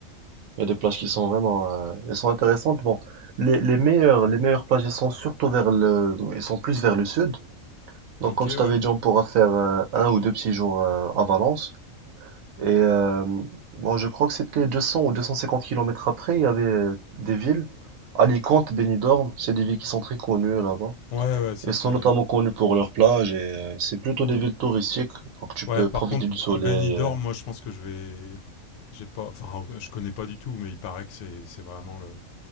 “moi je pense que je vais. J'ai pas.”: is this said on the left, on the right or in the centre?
Left